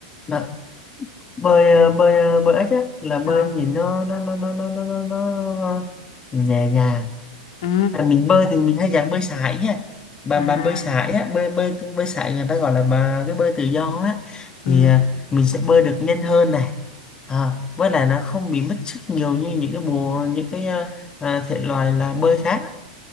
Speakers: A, on the left (about 20°); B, on the left (about 65°).
A: Đó, bơi ờ, bơi ờ, bơi ếch á là bơi
B: Ờ.
A: nhìn nó nó nó nó nó nó nó, nó... nhẹ nhàng
B: Ừ.
A: à, mình bơi thì mình hay dạng bơi sải nha bà
B: À.
A: bà bơi sải á bơi bơi bơi sải người ta gọi là bà cái bơi tự do á
B: Ừ.
A: thì à, mình sẽ bơi được nhanh hơn này à, với lại nó không bị mất sức nhiều như những cái bộ những cái ờ, à, thể loại là bơi khác